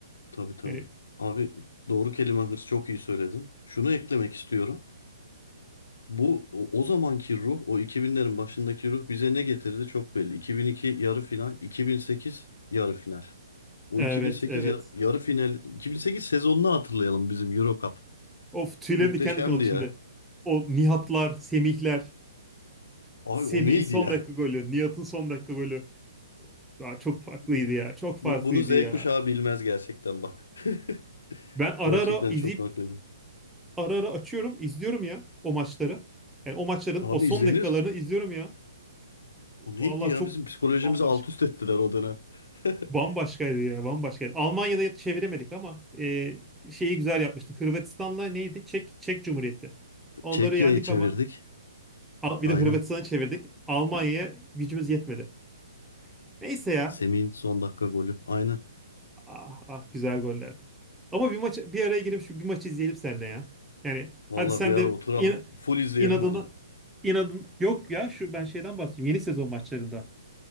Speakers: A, on the left; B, in the centre.
A: Tabii tabii.
B: Yani
A: Abi doğru kelime hırs çok iyi söyledin. Şunu eklemek istiyorum. Bu o, o zamanki ruh, o 2000'lerin başındaki ruh bize ne getirdi çok belli. 2002 yarı final, 2008 yarı final. O
B: Evet,
A: 2008
B: evet.
A: ya- yarı final, 2008 sezonunu hatırlayalım bizim Euro Cup.
B: Of tüylerim
A: Muhteşemdi
B: diken diken oldu
A: ya.
B: şimdi. O Nihatlar, Semihler.
A: Abi
B: Semih'in
A: o neydi
B: son
A: ya?
B: dakika golü, Nihat'ın son dakika golü. Ya çok farklıydı
A: <laughs>
B: ya, çok farklıydı
A: Bu, bunu Z
B: ya.
A: kuşağı bilmez gerçekten bak. <laughs>
B: Ben ara
A: Gerçekten
B: ara izleyip,
A: çok haklıydın.
B: ara ara açıyorum, izliyorum ya o maçları. Yani o maçların
A: Abi
B: o son
A: izlenir.
B: dakikalarını izliyorum ya.
A: O neydi
B: Vallahi
A: ya?
B: çok
A: Bizim psikolojimizi
B: bambaşka,
A: alt üst ettiler o dönem. <laughs>
B: bambaşkaydı ya, bambaşkaydı. Almanya'da çeviremedik ama e, şeyi güzel yapmıştık. Hırvatistan'la neydi? Çek, Çek Cumhuriyeti. Onları
A: Çekya'yı
B: yendik
A: çevirdik.
B: ama. Al-
A: Aynen.
B: Bir de Hırvatistan'a çevirdik. Almanya'ya gücümüz yetmedi. Neyse ya.
A: Semih'in son dakika golü. Aynen.
B: Ah ah güzel gollerdi. Ama bir maç bir araya girip şu bir maçı izleyelim seninle ya. Yani
A: Vallahi
B: hadi sen
A: bir ara
B: de
A: oturalım.
B: in,
A: Full izleyelim
B: inadına
A: onu.
B: inadın yok ya şu ben şeyden bahsediyorum. Yeni sezon maçlarında.